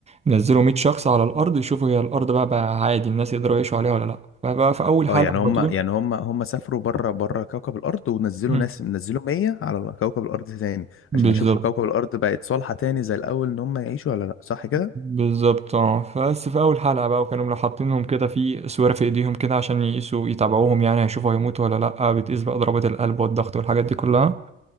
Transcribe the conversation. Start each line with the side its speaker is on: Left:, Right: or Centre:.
Right: ينزلوا 100 شخص على الأرض يشوفوا هي الأرض بقى بقى عادي الناس يقدروا يعيشوا عليها ولا لأ فبقى في أول
Left: اه
Right: حلقة
Left: يعني
Right: على
Left: هم
Right: طول
Left: يعني هم هم سافروا بره بره كوكب الارض ونزلوا
Right: مم.
Left: ناس نزلوا 100 على كوكب الارض تاني
Right: بالظبط
Left: عشان يشوفوا كوكب الارض بقت صالحة تاني زي الاول ان هم يعيشوا ولا لا صح كده
Right: بالظبط اه بس في اول حلقه بقى وكانوا لو حاطينهم كده في سواره في ايديهم كده عشان يقيسوا يتابعوهم يعني هيشوفوا هيموتوا ولا لا بتقيس بقى ضربات القلب والضغط والحاجات دي كلها